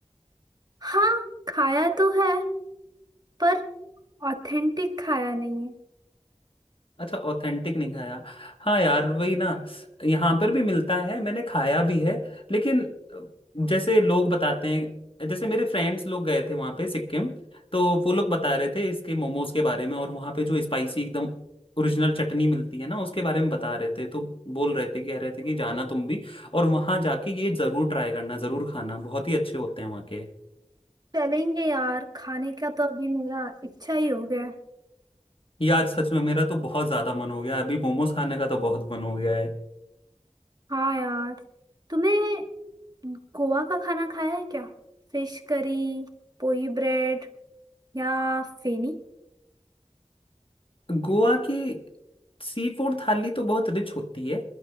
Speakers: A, on the right (about 35°); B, on the left (about 50°).
A: हाँ खाया तो है पर ऑथेंटिक खाया नहीं है
B: अच्छा ऑथेंटिक नहीं खाया हाँ यार वही ना यहाँ पर भी मिलता है मैंने खाया भी है लेकिन जैसे लोग बताते हैं जैसे मेरे फ्रेंड्स लोग गए थे वहाँ पे सिक्किम तो वो लोग बता रहे थे इसके मोमोज के बारे में और वहाँ पे जो स्पाइसी एकदम ओरिजिनल चटनी मिलती है ना उसके बारे में बता रहे थे तो बोल रहे थे कह रहे थे कि जाना तुम भी और वहाँ जाके ये जरूर ट्राई करना जरूर खाना बहुत ही अच्छे होते हैं वहाँ के
A: चलेंगे यार खाने का तो अभी मेरा इच्छा ही हो गया है।
B: यार सच में मेरा तो बहुत ज्यादा मन हो गया अभी मोमोज खाने का तो बहुत मन हो गया है
A: हाँ यार तुम्हें गोवा का खाना खाया है क्या फिश करी पोई ब्रेड या फेनी
B: गोवा की सी फूड थाली तो बहुत रिच होती है